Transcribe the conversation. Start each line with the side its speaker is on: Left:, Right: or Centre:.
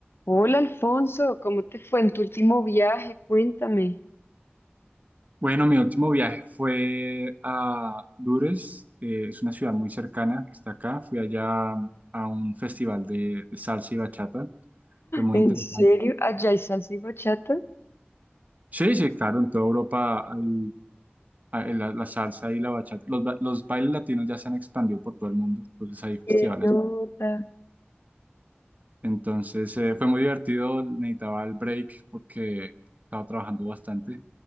Left: Hola Alfonso, ¿cómo te fue en tu último viaje? Cuéntame.
Right: Bueno, mi último viaje fue a Dures, eh, es una ciudad muy cercana que está acá. Fui allá a un festival de, de salsa y bachata, fue muy
Left: ¿En
Right: interesante.
Left: serio? ¿Allá hay salsa y bachata?
Right: Sí, sí, claro, en toda Europa hay- hay la, la salsa y la bachata. Los, ba- los bailes latinos ya se han expandido por todo el mundo, entonces hay festivales.
Left: ¡Qué nota!
Right: Entonces eh, fue muy divertido, necesitaba el break porque estaba trabajando bastante,